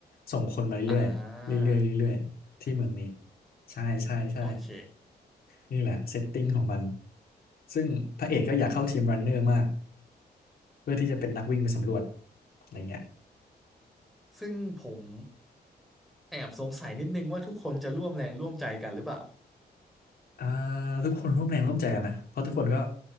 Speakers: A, on the left; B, in the centre.
A: ส่งคนมาเรื่อยๆเรื่อยๆเรื่อยๆที่เมืองนี้
B: อ่า
A: ใช่ใช่ใช่
B: โอเค
A: นี่แหละเซตติ้งของมันซึ่งพระเอกก็อยากเข้าทีมรันเนอร์มากเพื่อที่จะเป็นนักวิ่งไปสำรวจอะไรเงี้ย
B: ซึ่งผมแอบสงสัยนิดนึงว่าทุกคนจะร่วมแรงร่วมใจกันหรือเปล่า
A: อ่าทุกคนร่วมแรงร่วมใจกันนะเพราะทุกคนก็